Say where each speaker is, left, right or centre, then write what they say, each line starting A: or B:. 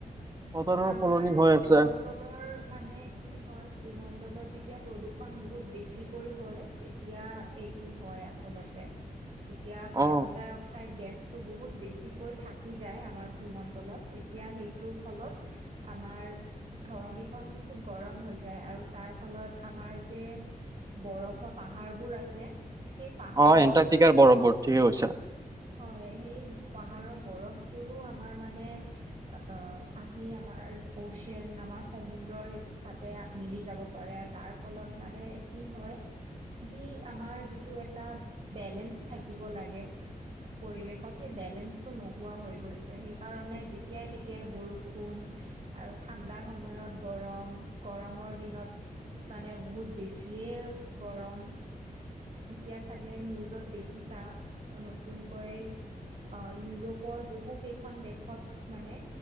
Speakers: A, on the right (about 25°); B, on the right (about 55°).
A: বতৰৰ
B: আমাৰ
A: সলনি হৈ
B: ভূমন
A: আছে
B: ণ্ডলৰ মানে কি হয়, ভূমণ্ডলত যেতিয়া প্ৰদূষণ বহুত বেছিকৈ হয় তেতিয়া এইটো হয় আচলতে, যেতিয়া কাৰ্বন
A: অ
B: ডাই অক্সাইড গেছ টো বহুত বেছিকৈ থাকি যায় আমাৰ, ভূমণ্ডলত তেতিয়া সেইটোৰ ফলত আমাৰ ধৰণিখন বহুত গৰম হৈ যায় আৰু তাৰ ফলত আমাৰ যে বৰফৰ পাহাৰবোৰ আছে সেই পাহাৰবোৰ
A: অ এণ্টাৰ্টিকাৰ বৰফবোৰ, ঠিকে কৈছা।
B: হয় সেই পাহাৰৰ বৰফবোৰো আমাৰ মানে অ আহি আমাৰ অচিয়ান আমাৰ সমুদ্ৰৰ তাতে মিলি যাব পাৰে। তাৰ ফলত মানে কি হয় যি আমাৰ যিটো এটা বেলেন্স থাকিব লাগে পৰিৱেশত সেই বেলেঞ্চটো নোহোৱা হৈ গৈছে, সেইকাৰণে যেতিয়াই তেতিয়াই বৰষুণ আৰু ঠাণ্ডাৰ সময়ত গৰম, গৰমৰ দিনত মানে বহুত বেছিয়ে গৰম এতিয়া চাগে নিউজত দেখিছা, নতুনকৈ অ', ইউৰোপৰ বহু কেইখন দেশত মানে